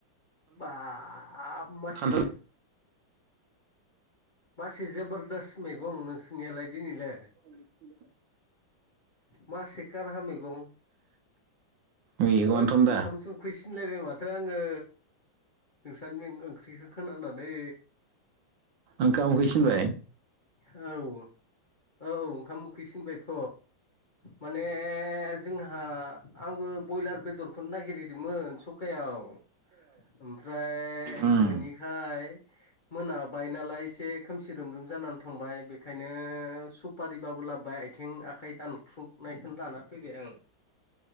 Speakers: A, on the left (about 40°); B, on the right (about 70°).
A: बाब मा एसे
B: खान्थाल
A: मासि जबोरदस्त मैगं नोंसोरनियालाय दिनैलै
B: औ
A: मा एसे काराहा मैगं
B: मेगनथन
A: होद ओंखामसो
B: दा
A: उखोयसिनलायबाय माथो आङो नोंसानि ओं ख्रिखो खोनानानै
B: ओंखाम उहैसिनबाय
A: औ औ ओंखाम उखैसिनबायथ' माने जोंहा आंबो बयलार बेदरखौनो नागिरहैदोंमोन सखायाव ओमफ्राय
B: उम
A: मोननि खाय मोनाबाय नालाय एसे खोमसि रोम रोम जानानै थांबाय बेखायनो सुपारिबाबो लाबोबाय आथिं आखाइ दानख्लुबनायखौनो लाना फैबाय आं